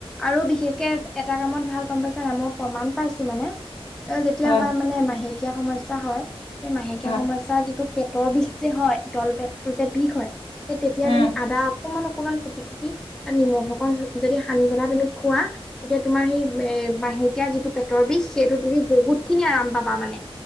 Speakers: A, in the centre; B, on the left.
A: আৰু বিশেষকে এটা কামত ভাল গম পাইছা নাই মই প্ৰমাণ পাইছো মানে এ যেতিয়া
B: হয়
A: আমাৰ মানে মাহেকীয়া সমস্যা হয় এই মাহেকীয়া
B: হয়
A: সমস্যাৰ যিটো পেটৰ বিষ যে হয় তল পেটতোৰ যে বিষ হয় সেই তেতিয়া
B: উম
A: তুমি আদা অকমান অকমান কুটি কুটি তাত নিমখ অকন যদি সানি পেলাই তুমি খোৱা তেতিয়া তোমাৰ সেই এ মাহে কিয়া যিটো পেটৰ বিষ সেইটো তুমি বহুত খিনি আৰাম পাবা মানে